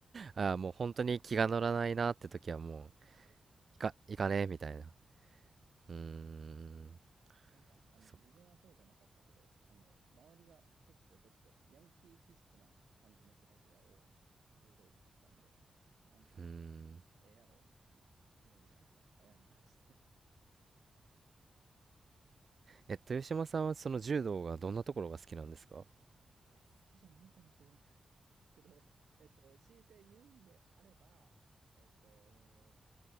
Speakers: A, on the right (about 55°); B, on the right (about 80°).
A: ああ、もう本当に気が乗らないなって時はもう、
B: そうです。
A: いか、いかねえみたいな。
B: うん
A: うーん、
B: なんか、あの、
A: そ
B: 自分はそうじゃなかったけど、あの、周りが結構ちょっとヤンキー気質な感じの子たちが多い柔道部だったんで、なんか、
A: う、うーん。
B: ええやろみたいな乗り場やりましたよ。
A: え、豊島さんはその柔道がどんなところが好きなんですか
B: <laughs> え、好きじゃないかもしれないけど、<laughs> えっと、強いて言うんであれば、えっと、